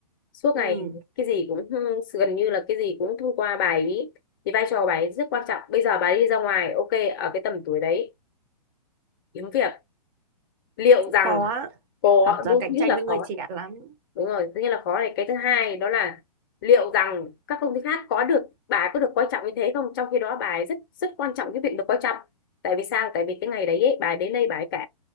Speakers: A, on the left; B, on the right.
A: suốt
B: Ừ,
A: ngày cái gì cũng gần như là cái gì cũng thông qua bà ấy thì vai trò của bà ấy rất quan trọng bây giờ bà ấy đi ra ngoài ok ở cái tầm tuổi đấy kiếm việc liệu
B: cũng
A: rằng
B: khó.
A: có
B: Thật ra
A: đúng
B: cạnh
A: thứ nhất
B: tranh
A: là
B: với người
A: khó
B: trẻ lắm.
A: đúng rồi nghĩa là khó này cái thứ hai đó là liệu rằng các công ty khác có được bà ấy có được coi trọng như thế không trong khi đó bà ấy rất rất quan trọng cái việc được coi trọng tại vì sao tại vì cái ngày đấy ấy, bà ấy đến đây bà ấy kể